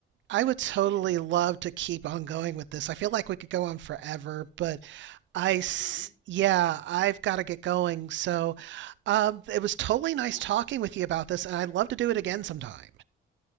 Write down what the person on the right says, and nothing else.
I would totally
love to keep on going with this. I feel like we could go on forever, but I
s- yeah, I've got to get going. So, um, it was totally nice
talking with you about this, and I'd love to do it again sometime.